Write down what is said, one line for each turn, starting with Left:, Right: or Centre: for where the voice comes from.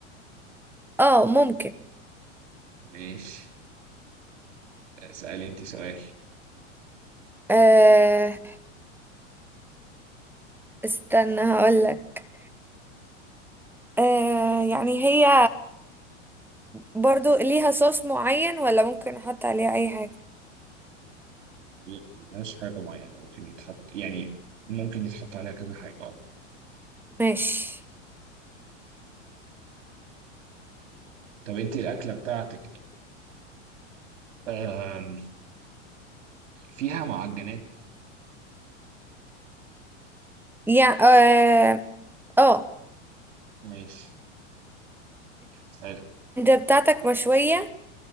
Centre: اه ممكن
Right: ماشي اسألي أنت سؤال
Centre: آه استنى هقولك آه يعني هي برضو ليها صوص معين ولا ممكن احط عليها اي حاجة
Right: لا ملهاش حاجة معينة ممكن يتحط يعني ممكن يتحط عليها كذا حاجة اه
Centre: ماشي
Right: طب أنت الأكلة بتاعتك آم، فيها معجنات
Centre: يعني اه آه.
Right: ماشي اسألي
Centre: انت بتاعتك مشوية